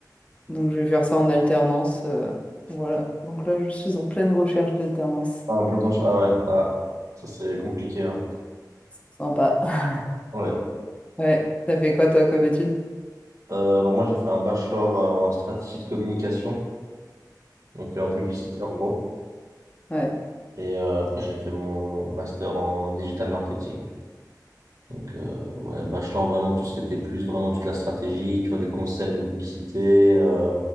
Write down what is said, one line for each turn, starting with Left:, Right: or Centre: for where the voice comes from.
Left: Donc, je vais faire ça en alternance. euh, voilà. Donc là, je suis en pleine recherche d'alternance.
Right: Ah, en plein temps, je- ah ouais, ah, ça c'est compliqué, hein.
Left: Sympa. <laughs>
Right: Ouais.
Left: Ouais. T'as fait quoi, toi, comme étude?
Right: Euh, alors moi, j'ai fait un bachelor euh, en stratégie de communication, donc euh, en publicité en gros.
Left: Ouais.
Right: Et euh, après, j'ai fait mon master en digital marketing. Donc, euh, ouais, le bachelor, vraiment, tout ce qui était plus, vraiment toute la stratégie, tu vois, des concepts de publicité, euh,